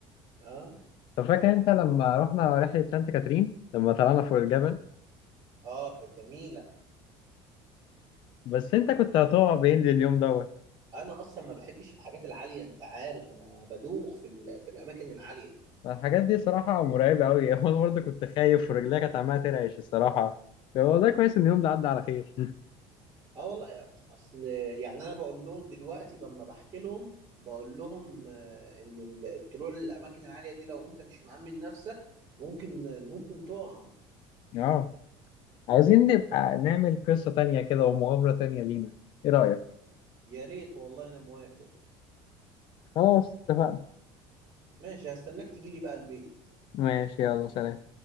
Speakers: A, on the right (about 25°); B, on the left (about 40°).
A: اه
B: طب فاكر انت لما رحنا رحله سانت كاترين لما طلعنا فوق الجبل
A: اه كانت جميلة
B: بس انت كنت هتقع بين اليوم دوت
A: انا اصلا ما بحبش الحاجات العالية انت عارف انا بدوخ في ال... في الاماكن العالية
B: الحاجات دي صراحه مرعبه قوي <laughs> وانا برضه كنت خايف ورجليا كانت عماله ترعش الصراحه والله كويس ان اليوم ده عدى على خير
A: اه والله يعني اصل يعني انا بقول لهم دلوقتي لما بحكي لهم بقول لهم آه، ان ال- الطلوع للاماكن العاليه دي لو انت مش مأمن نفسك ممكن ممكن تقع
B: اه عايزين نبقى نعمل قصه تانية كده ومغامره تانية لينا ايه رايك
A: يا ريت والله انا موافق
B: خلاص اتفقنا
A: ماشي هستناك تجيلي بقى البيت
B: ماشي يلا سلام